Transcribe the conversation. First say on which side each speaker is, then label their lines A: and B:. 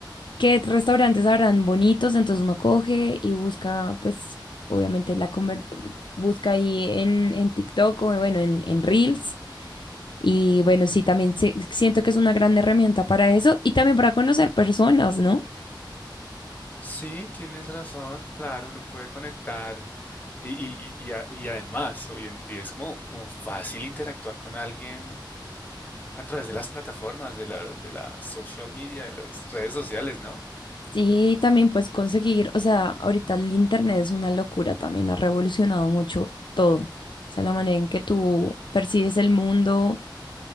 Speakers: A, on the left; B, on the left.
A: ¿Qué restaurantes habrán bonitos? Entonces uno coge y busca, pues, obviamente la comer, busca ahí en, en TikTok o bueno, en, en Reels Y bueno, sí, también se- siento que es una gran herramienta para eso y también para conocer personas, ¿no?
B: Sí, tienes razón, claro, uno puede conectar y, y, y, y a- y además hoy en día es como, como fácil interactuar con alguien a través de las plataformas, de la, de la social media, de las redes sociales, ¿no?
A: Sí, también pues conseguir, o sea, ahorita el internet es una locura también, ha revolucionado mucho todo. O sea, la manera en que tú percibes el mundo.